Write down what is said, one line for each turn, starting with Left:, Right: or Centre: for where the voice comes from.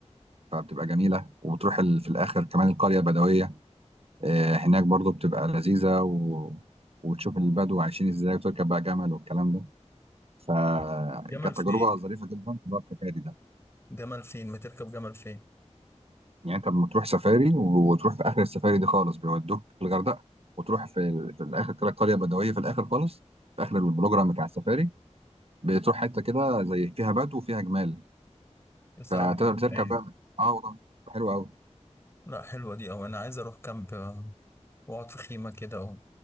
Right: فبتبقى جميله وبتروح ال... في الاخر كمان القريه البدويه آه هناك برضو بتبقى لذيذه و... وتشوف البدو عايشين ازاي وتركب بقى جمل والكلام ده فكانت
Left: جمل فين
Right: تجربه ظريفه جدا في موضوع السفاري ده
Left: جمل فين ما تركب جمل فين
Right: يعني انت لما تروح سفاري و- وتروح في اخر السفاري دي خالص بيودوك في الغردقه وتروح في, ال... في الاخر كده قريه بدويه في الاخر خالص في اخر البروجرام بتاع السفاري بتروح حته كده زي فيها بدو وفيها جمال
Left: يا سلام
Right: فتقدر
Left: على الروقان
Right: تركب بقى اه والله حلو قوي
Left: لا حلوة دي أوي أنا عايز أروح كامب آه، وأقعد في خيمة كده و-